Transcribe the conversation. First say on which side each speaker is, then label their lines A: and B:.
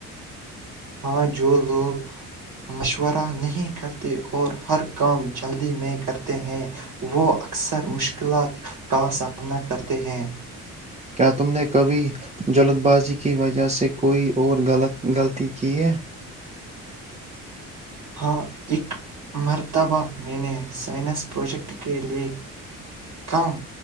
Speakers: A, on the right; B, on the right.
A: ہاں جو لوگ مشورہ نہیں کرتے اور ہر کام جلدی میں کرتے ہیں وہ اکثر مشکلات کا سامنا کرتے ہیں
B: کیا تم نے کبھی جلد بازی کی وجہ سے کوئی اور غلط غلطی کی ہے
A: ہاں اک مرتبہ میں نے سائنس پروجیکٹ کے لیئے کہوں